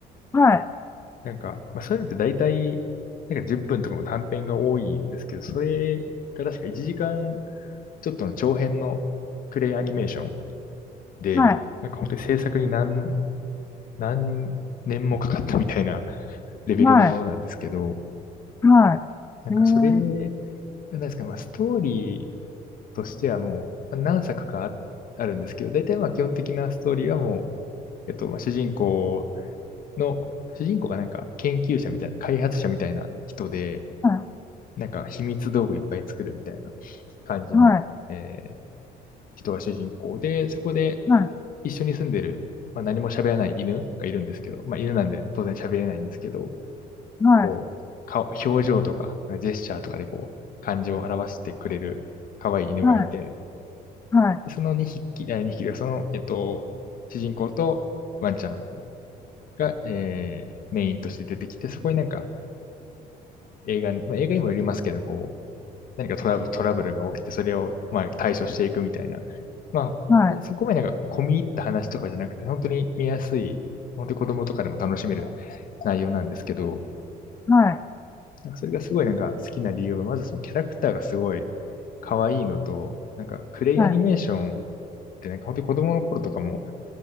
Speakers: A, on the left (about 15°); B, on the left (about 55°).
A: はい。
B: なんか、まあ、そういうのって大体、なんか10分とかの短編が多いんですけど、それが確か1時間ちょっとの長編のクレイアニメーションで、
A: はい。
B: なんか本当に制作に何、何年もかかったみたいな <laughs> レベルのものなんですけど、
A: はい。はい。
B: なんかそれ、
A: えー、
B: なんですか、まあ、ストーリーとしてはもうまあ何作かあ、あるんですけど、大体まあ基本的なストーリーはもうえっと、まあ、主人公の、主人公がなんか研究者みたいな、開発者みたいな人で、
A: は
B: なんか秘密道具いっぱい作るみたいな感じの、
A: い。はい。
B: えー人が主人公で、そこで
A: はい。
B: 一緒に住んでる、まあ、何も喋らない犬がいるんですけど、まあ、犬なんで当然喋れないんですけど、
A: はい。
B: こう、顔、表情とか、ジェスチャーとかでこう、感情を表してくれる可愛い犬がいて、
A: はい。はい。
B: その2匹、あ2匹がその、えっと、主人公とワンちゃんが、えーメインとして出てきて、そこになんか映画、まあ、映画にもよりますけど、こう、何かトラブ、トラブルが起きて、それを、まあ、対処していくみたいな。まあ、
A: はい。
B: でそこまでなんか込み入った話とかじゃなくて、本当に見やすい、本当に子供とかでも楽しめる内容なんですけど、
A: はい。はい。
B: なんかそれがすごいなんか好きな理由は、まずそのキャラクターがすごい可愛いのと、なんかクレイアニメーションっ
A: はい。
B: てなんか本当に子供の頃とかも